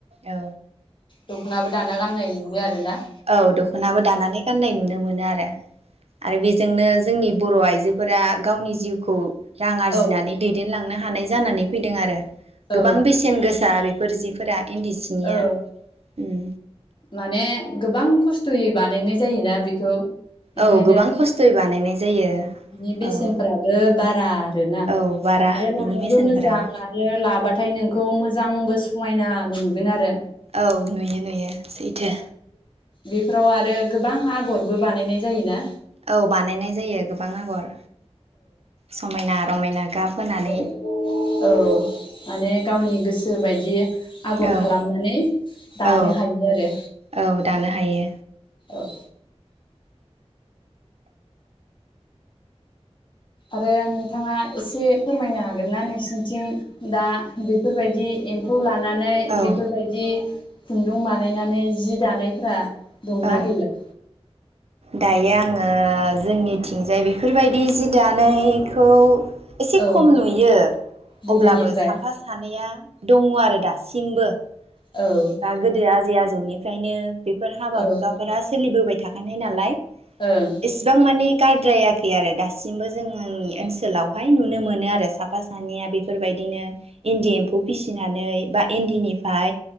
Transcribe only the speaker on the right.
औ
औ दख'नाबो दानानै गाननाय नुनो मोनो आरो आरो जोंनो जोंनि बर' आइजोफोरा गावनि जिउखौ रां आरजिनानै
दैदेनलां थांनो हानाय जानानै फैदों आरो
गोबां बेसेन गोसा बेफोर बेफोर जिफोरा इन्दि सिनिया
उम
औ गोबां खस्थ'यै बानायनाय जायो
औ
औ बारा
बिनि
बेसेनफोराबो
औ नुयो नुयो सैथो
औ बानायनाय जायो गोबां आगर समायना रमायना गाब होनानै
औ
औ
औ दानो हायो
औ
औ
दायो आङो जोंनिथिंजाय बेफोरबायदि जि दानोयखौ एसे
खम नुयो
अब्लाबो साफा सानैया दङ आरो दा सिमबो
<unintelligible> जै आजौनिफ्रायनो बेफोर हाबा
हुखाफोरा सोलिबोबाय थाखानाय नालाय एसेबां
मानि गारद्रायाखै आरो दास सिमबो जोंओंनि ओनसोलाव हाय नुनो मोनो आरो साफा सानैया बेफोरबायदिनो इन्दि एम्फौ फिसिनानै बा इन्दिनिफाय